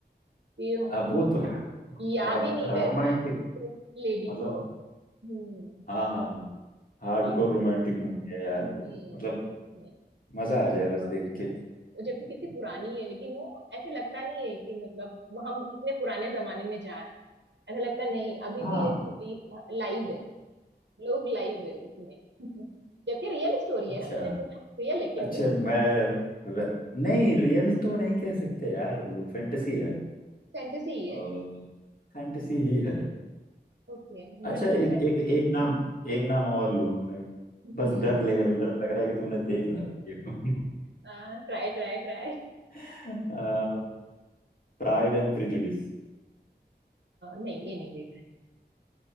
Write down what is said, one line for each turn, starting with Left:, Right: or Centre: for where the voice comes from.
Right: कि उसको
Left: अब वो
Right: कुछ
Left: तो है
Right: याद
Left: बहुत
Right: ही नहीं
Left: रोमांटिक
Right: रहता है उसको लेडी
Left: मतलब
Right: को हम्म
Left: हाँ हाँ हाँ हार्डकोर
Right: और
Left: रोमांटिक मूवी है
Right: हम्म
Left: यार वो मतलब
Right: मुझे
Left: मजा आ जाए बस
Right: बहुत
Left: देख
Right: पसंद
Left: के
Right: आई वो जबकि कितनी पुरानी है लेकिन वो ऐसे लगता नहीं है कि मतलब हम इतने पुराने जमाने में जा रहे हैं ऐसा लगता नहीं अभी
Left: हाँ
Right: भी ये स्टोरी लाइव है लोग लाइव है उसमें <laughs> जबकि रियल स्टोरी
Left: अच्छा
Right: है ना मैंने सुना रियल है क्या
Left: अच्छा
Right: वो
Left: मैं वे- नहीं रियल तो नहीं कह सकते यार फैंटेसी है
Right: फैंटेसी ही है
Left: और फैंटेसी ही है
Right: ओके मुझे
Left: अच्छा
Right: लगा शायद
Left: एक एक
Right: रियल
Left: एक नाम एक नाम और लूंगा मैं
Right: हम्म
Left: बस डर लग डर लग रहा है कि तुमने देख ना रखी हो
Right: <laughs> Try try try
Left: <laughs> Pride and Prejudice
Right: नहीं ये नहीं देखा है